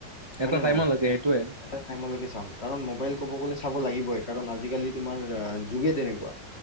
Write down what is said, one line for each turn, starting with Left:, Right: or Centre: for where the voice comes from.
Left: হয়
Right: এটা
Left: নে
Right: টাইমলৈকে
Left: নহয়,
Right: সেইটোৱে
Left: এটা টাইমলৈকে । চাম । কাৰণ মোবাইল ক'ব গ'লে চাব লাগিবই, কাৰণ আজিকালি তোমাৰ যুগে তেনেকুৱা!